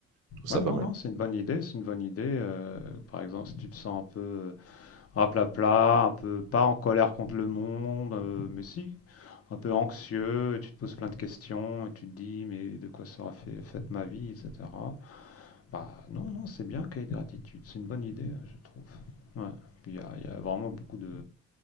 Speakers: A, on the right; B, on the left.
A: Je trouve
B: Ouais,
A: ça pas
B: non,
A: mal.
B: non, c'est une bonne idée. C'est une bonne idée. euh, par exemple, si tu te sens un peu euh, raplapla, un peu pas en colère contre le monde, euh, mais si, un peu anxieux, et tu te poses plein de questions et tu te dis, mais de quoi sera fait, faite ma vie, etc. Bah, non, non, c'est bien qu'il y ait gratitude. C'est une bonne idée, euh, je trouve. Ouais. Puis il y, a il y a vraiment beaucoup de.